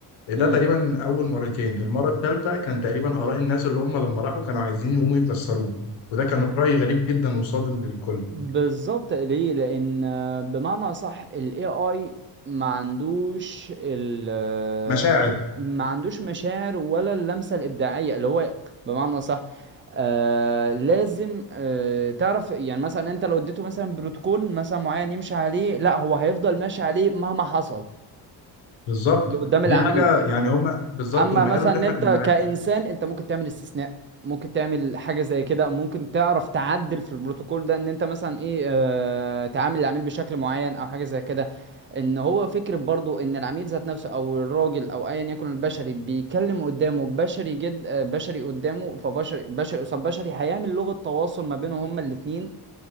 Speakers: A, on the left (about 85°); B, on the right (about 30°).
A: إيه ده
B: امم
A: تقريبا أول مرتين المرة الثالثة كان تقريبا آراء الناس اللي هم لما راحوا كانوا عايزين يقوموا يكسروه وده كان رأي غريب جدا وصادم للكل
B: بالظبط ليه لان آه، بمعنى صح ال AI ما عندوش ال آه،
A: مشاعر
B: ال- ما عندوش مشاعر ولا اللمسة الإبداعية اللي هو بمعنى صح آه لازم آه تعرف يعني مثلا انت لو اديته مثلا بروتوكول مثلا معين يمشي عليه لا هو هيفضل ماشي عليه مهما حصل
A: بالظبط
B: لقدام العميل
A: دي حاجة يعني هم بالظبط
B: اما
A: هم
B: مثلا
A: قالوا اللي
B: ان
A: احنا
B: انت
A: كنا
B: كانسان انت ممكن تعمل استثناء ممكن تعمل حاجه زي كده ممكن تعرف تعدل في البروتوكول ده ان انت مثلا ايه آه تعامل العميل بشكل معين او حاجه زي كده ان هو فكره برضو ان العميل ذات نفسه او الراجل او ايا يكن البشري بيكلم قدامه بشري جد آه، بشري قدامه فبشري بشري قصاد بشري هيعمل لغه تواصل ما بينهم هما الاتنين